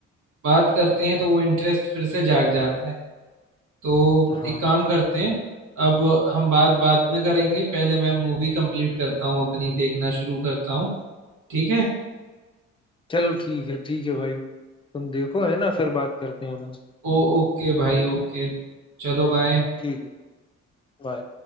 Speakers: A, on the right; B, on the left.
A: बात करते हैं तो वो इंटरेस्ट फिर से जाग जाता है तो
B: हाँ
A: एक काम करते हैं अब हम बात बात में करेंगे पहले मैं मूवी कंप्लीट करता हूं अपनी देखना शुरू करता हूं ठीक है
B: चलो ठीक है ठीक है भाई तुम देखो है ना फिर बात करते हैं अपन
A: ओ ओके भाई ओके चलो बाय
B: ठीक है bye।